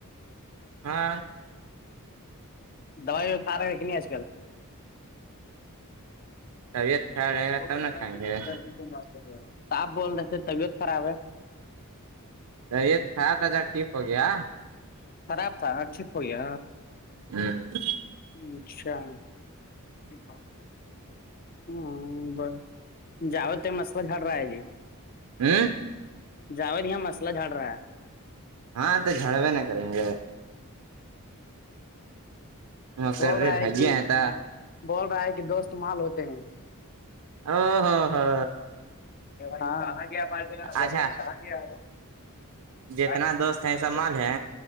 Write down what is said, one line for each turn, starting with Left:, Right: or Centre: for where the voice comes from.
Right: ہاں
Left: دوائی و کا رہے ہے کہ نہیں آج کل <unintelligible>
Right: طبیعت خراب رہے گا
Left: فون
Right: تب نہ
Left: رہ ب
Right: کھائیں
Left: <unintelligible>
Right: گے
Left: ہو آپ بول رہے تھ طبیعت خراب ہے
Right: طبیعت خراب تھا ٹھیک ہو گیا
Left: خراب تھاٹھیک ہوئی ہے
Right: ہاں <unintelligible>
Left: اچھا <unintelligible> ہاں ب جاوت تو مسئلہ جھڑ رہا ہے جی
Right: ہوں
Left: جاوید یہاں مسئلہ جھڑ رہا ہے
Right: ہاں تو جڑوے نہ کریں گے مقرر
Left: وہ رہ ہے کی
Right: ہیں تو
Left: <unintelligible> بول رہا ہے کہ دوست مال ہوتے ہیں
Right: ہ ہاں ہاں ہ
Left: کہاں گیا ب د
Right: اچھا
Left: دیکھو کہاں گیا ہو
Right: جتنا
Left: آا
Right: دوست
Left: جو
Right: ہیں سب
Left: ہو
Right: مال ہے